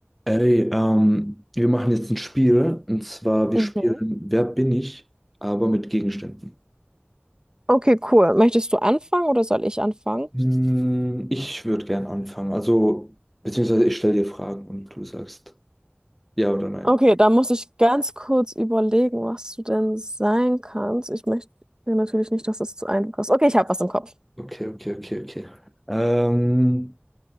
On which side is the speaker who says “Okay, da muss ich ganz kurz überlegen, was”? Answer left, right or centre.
Right